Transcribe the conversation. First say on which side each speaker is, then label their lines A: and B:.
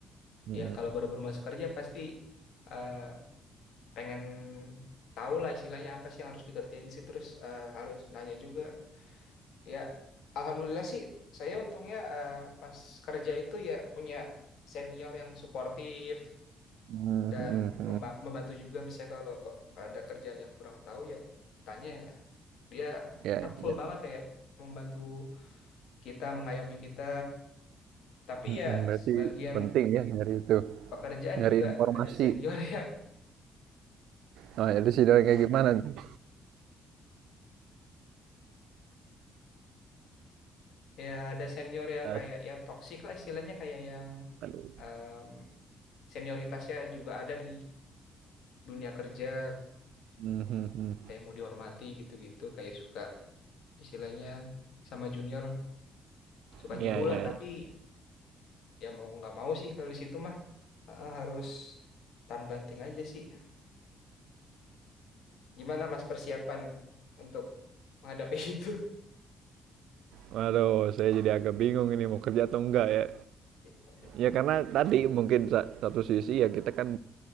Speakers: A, on the right; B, on the left.
A: Hmm.
B: Ya kalau baru-baru masuk kerja pasti eh, pengen tahu lah istilahnya apa sih yang harus dikerjain sih terus eh, harus nanya juga. Ya, alhamdulillah sih saya untungnya eh, pas kerja itu ya punya senior yang suportif.
A: Hmm,
B: dan
A: hmm, hmm.
B: memba- membantu juga misalnya kalau ada kerjaan yang kurang tahu ya tanya ya. Dia
A: Ya,
B: helpful
A: ya.
B: banget kayak membantu kita, mengayomi kita. Tapi
A: Mm-mm,
B: ya
A: Berarti
B: sebagian
A: penting ya nyari itu,
B: pekerjaan
A: nyari
B: juga
A: informasi.
B: ada senior <laughs> yang
A: Nah, jadi sih dari kayak gimana tuh?
B: ya ada senior yang
A: Yes.
B: kayak ya toksik lah istilahnya kayak yang
A: Aduh.
B: em, senioritasnya juga ada di dunia kerja
A: Mhm.
B: kayak mau dihormati gitu-gitu kayak suka istilahnya sama junior suka
A: Iya,
B: nyuruh
A: iya,
B: lah tapi
A: iya.
B: ya mau nggak mau sih kalau di situ mah Heeh, harus tahan banting aja sih. Gimana Mas persiapan untuk menghadapi <laughs> itu?
A: Waduh, saya jadi agak bingung ini mau kerja atau enggak ya.
B: Ya, Tapi
A: Ya karena tadi mungkin sa- satu sisi ya kita kan